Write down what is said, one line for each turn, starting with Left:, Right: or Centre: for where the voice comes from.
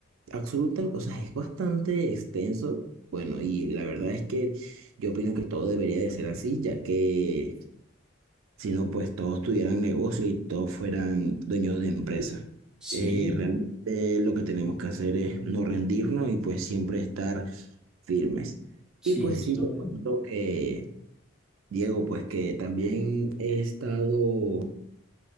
Right: absoluta, o sea, es bastante extenso. Bueno, y la verdad es que yo opino que todo debería de ser así, ya que sino pues todos tuvieran negocio y todos fueran dueños de empresas.
Centre: Sí,
Right: Eh, realmente lo que tenemos que hacer es no rendirnos y pues siempre estar firmes.
Centre: sí,
Right: Y pues
Centre: eso
Right: sí, te cuento que, Diego, pues que también he estado